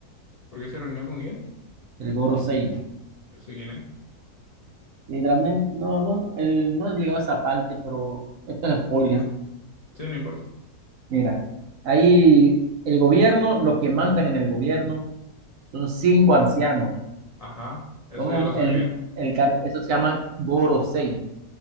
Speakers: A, on the left; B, on the right.
A: ¿Por qué se reunió con quién?
B: El Gorosei.
A: No sé quién es.
B: Literalmente, no, no, él no he llegado a esa parte, pero esto es spoiler.
A: Sí, no importa.
B: Mira, ahí el gobierno, los que mandan en el gobierno, son cinco ancianos
A: Ajá, eso
B: Son los-
A: ya lo sabía.
B: el, el, car- eso se llama Gorosei.